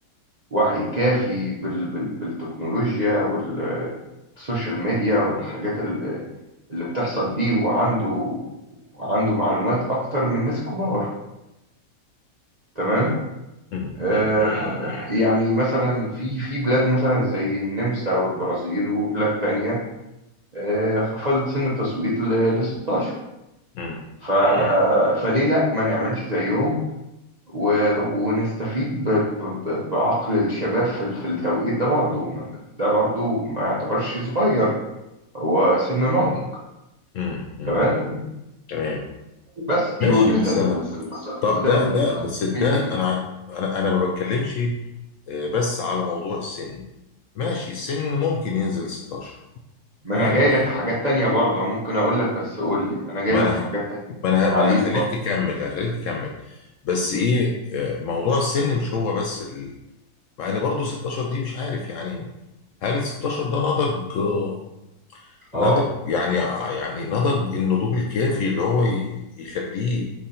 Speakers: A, on the right; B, on the left.
A: وعي كافي بال بال بالتكنولوجيا وال- والسوشيال ميديا والحاجات اللي اللي بتحصل دي وعنده وعنده معلومات اكتر من ناس كبار تمام
B: مم.
A: آه،
B: مم.
A: يعني مثلا في في بلاد مثلا زي النمسا والبرازيل وبلاد تانية آه، خفضت سن التصويت ل 16
B: مم.
A: ف آه، فليه لا ما نعملش زيهم و- ونستفيد ب- ب- ب- بعقل الشباب في ال- في التوقيت ده برضو ما- ده برضو ما يعتبرش صغير هو سن ناضج
B: مم. مم.
A: تمام
B: تمام
A: بس دي
B: ماشي
A: وجهة
B: بس
A: النظر
B: أنا طب
A: ال-
B: ده
A: ال-
B: ده بس ده
A: ال- دي
B: أنا عاي- أنا أنا ما بتكلمش آه، بس على موضوع السن ماشي السن ممكن ينزل 16
A: ما
B: يعني
A: انا جاي لك في حاجات تانية برضه ممكن اقول لك بس قول لي انا جاي
B: ما
A: لك
B: انا
A: في حاجات تانية
B: ما انا
A: زي
B: ما
A: تعليم
B: انا هخليك
A: برضه
B: تكمل هخليك تكمل بس
A: امم
B: ايه آه، موضوع السن مش هو بس ال... مع ان برضه 16 دي مش عارف يعني هل 16 ده نضج آه،
A: اه
B: نضج يعني يعني نضج النضوج الكافي اللي هو ي... يخليه